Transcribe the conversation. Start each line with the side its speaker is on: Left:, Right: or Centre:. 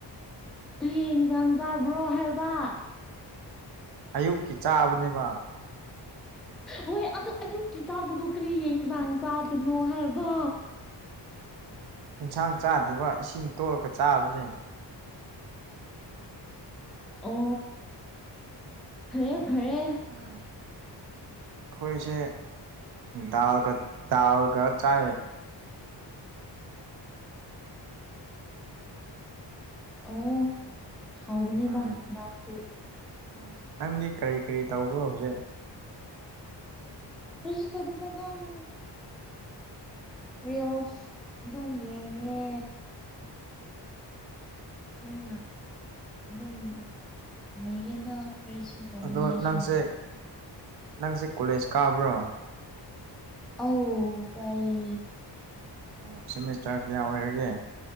Centre: ꯀ ꯏꯟꯁꯥꯡ ꯆꯥꯕ꯭ꯔꯣ ꯍꯥꯏꯕ
Right: ꯑꯌꯨꯛꯀꯤ ꯆꯥꯕꯅꯦꯕ
Centre: ꯍꯣꯏ ꯑꯗꯨ ꯑꯌꯨꯛꯀꯤ ꯆꯥꯕꯗꯣ ꯀꯔꯤ ꯌꯦꯟꯁꯥꯡ ꯆꯥꯕꯅꯣ ꯍꯥꯏꯕ
Right: ꯑꯦꯟꯁꯥꯡ ꯆꯥꯗ꯭ꯔꯤꯕ ꯏꯁꯤꯡ ꯇꯣꯂꯒ ꯆꯥꯕꯅꯦ
Centre: ꯑꯣ ꯐꯔꯦ ꯐꯔꯦ
Right: ꯎꯝ ꯑꯩꯈꯣꯏꯁꯦ ꯗꯥ ꯗꯥꯜꯒ ꯆꯥꯏ
Centre: ꯑꯣ ꯍꯥꯎꯕꯅꯤꯗ
Right: ꯎꯝ
Centre: ꯗꯥꯜꯁꯨ
Right: ꯎꯝ ꯅꯪꯗꯤ ꯀꯔꯤ ꯀꯔꯤ ꯇꯧꯕ꯭ꯔꯣ ꯍꯧꯖꯤꯛ
Centre: ꯀꯁꯤ ꯁꯗ ꯅ ꯑꯗꯨꯣ ꯎ ꯦ ꯑꯣꯐ ꯑꯗꯨꯝ ꯌꯦꯡꯉꯦ ꯑꯅꯤꯅ ꯑꯗꯨꯝ ꯃꯌꯦꯗ ꯐꯁꯨ ꯇꯃꯤ
Right: ꯑꯗꯣ
Centre: ꯉꯥꯏꯁꯨꯣ
Right: ꯅꯪꯁꯦ
Centre: ꯅ
Right: ꯅꯪꯁꯦ ꯀꯣꯂꯦꯖ ꯀꯥꯕ꯭ꯔꯣ
Centre: ꯑ ꯀꯑꯌꯦ
Right: ꯑꯣ ꯁꯦꯃꯤꯁꯇꯔ ꯀꯌꯥ ꯑꯣꯏꯔꯒꯦ